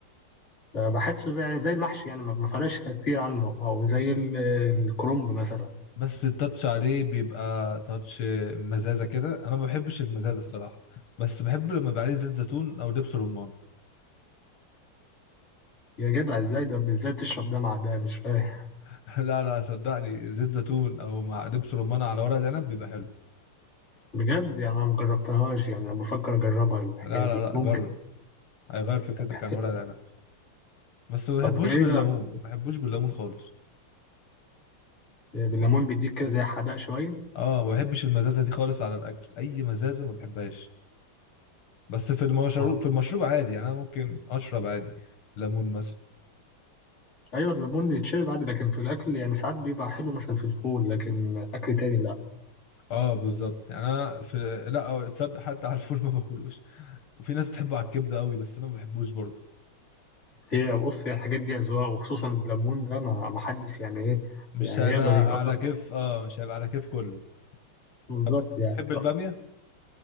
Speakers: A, on the left; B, on the left.
A: بحسه زي يعني زي المحشي يعني ما ما فرقش كتير عنه او زي ال- الكرنب مثلا
B: بس التاتش عليه بيبقى تاتش مزازه كده انا ما بحبش المزازه الصراحه بس بحب لما يبقى عليه زيت زيتون او دبس رمان
A: يا جدع ازاي ده ازاي بتشرب دلع ده مش فاهم
B: <laughs> لا لا صدقني زيت زيتون او مع دبس رمان على ورق العنب بيبقى حلو
A: بجد يعني انا مجربتهاش يعني انا بفكر اجربها الحكايه
B: لا
A: دي
B: لا لا
A: ممكن
B: جرب هيغير فكرتك
A: طب حلو
B: عن ورق العنب بس ما بحبوش
A: طب ايه
B: بالليمون
A: بقى بت-
B: ما بحبوش بالليمون خالص
A: بالليمون بيديك كده زي حدق شويه
B: اه ما بحبش المزازه دي خالص على الاكل اي مزازه ما بحبهاش بس في المشروب
A: اه
B: في المشروب عادي يعني انا ممكن اشرب عادي ليمون مثلا
A: ايوه الليمون يتشرب عادي لكن في الاكل يعني ساعات بيبقى حلو مثلا في الفول لكن اكل تاني لا
B: اه بالظبط يعني انا في لا تصدق حتى على الفول <laughs> ما باكلوش وفي ناس بتحبه على الكبده قوي بس انا ما بحبوش برضه
A: هي بص هي الحاجات دي اذواق وخصوصا الليمون ده ما ما حدش يعني ايه
B: مش
A: يعني
B: هيبقى
A: يقدر يقرر
B: على كيف اه مش هيبقى على كيف كله
A: بالظبط
B: طب
A: يعني
B: بتحب الباميه
A: طب